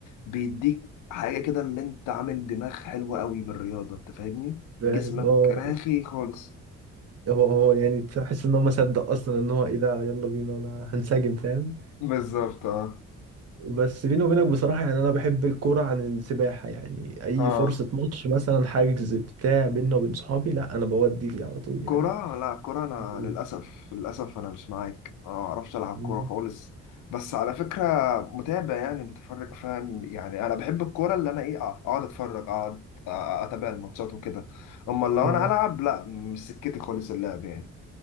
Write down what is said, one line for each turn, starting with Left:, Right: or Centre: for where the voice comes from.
Left: بيديك حاجة كده اللي انت عامل دماغ حلوة قوي بالرياضة انت فاهمني
Right: فاهم
Left: جسمك
Right: اه
Left: راخي خالص
Right: هو هو يعني تحس ان هو ما صدق اصلا ان هو ايه ده يلا بينا انا هنسجم فاهم
Left: بالظبط اه
Right: بس بيني وبينك بصراحة يعني انا بحب الكورة عن السباحة يعني اي
Left: اه
Right: فرصة ماتش مثلا حاجز بتاع بينا وبين صحابي لا انا بودي فيه على طول يعني
Left: كرة لا كرة أنا
Right: مم.
Left: للأسف للأسف أنا مش معاك آه، ما أعرفش ألعب
Right: مم.
Left: كورة خالص بس على فكرة متابع يعني متفرج فاهم يعني أنا بحب الكورة اللي أنا إيه أقعد أتفرج أقعد آه، أتابع الماتشات وكده أما لو
Right: مم.
Left: أنا ألعب لا مش سكتي خالص اللعب يعني